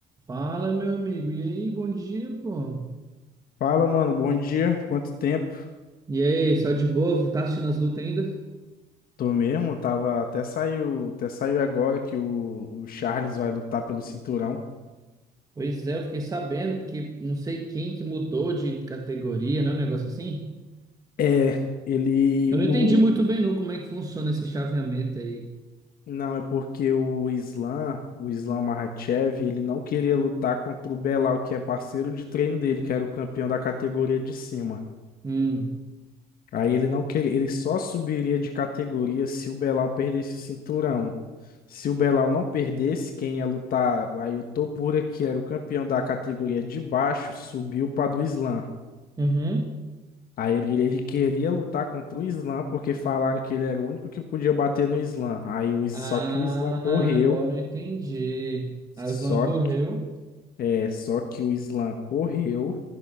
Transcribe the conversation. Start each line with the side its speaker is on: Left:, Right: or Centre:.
Right: Fala, meu amigo. E aí, bom dia, pô.
Left: Fala, mano, bom dia. Quanto tempo?
Right: E aí, só de boa? Tá assistindo as lutas ainda?
Left: Tô mesmo, tava até saiu, até saiu agora que o, o Charles vai lutar pelo cinturão.
Right: Pois é, eu fiquei sabendo, porque não sei quem que mudou de categoria, né? Um negócio assim.
Left: É, ele
Right: Eu
Left: o
Right: não entendi muito bem, não, como é que funciona esse chaveamento aí.
Left: não é porque o Islam, o Islam Makhachev, ele não queria lutar contra o Belal, que é parceiro de treino dele, que era o campeão da categoria de cima.
Right: Hum.
Left: Aí ele não queria, ele só subiria de categoria se o Belal perdesse o cinturão. Se o Belal não perdesse, quem ia lutar, aí o Topura, que era o campeão da categoria de baixo, subiu para do Islã.
Right: Uhum.
Left: Aí ele, ele queria lutar contra o Islã porque falaram que ele era o único que podia bater no Islã. Aí o, Is-
Right: Ah,
Left: só que o Islã correu,
Right: agora eu entendi.
Left: só
Right: A Aslan correu.
Left: que, é, só que o Islã correu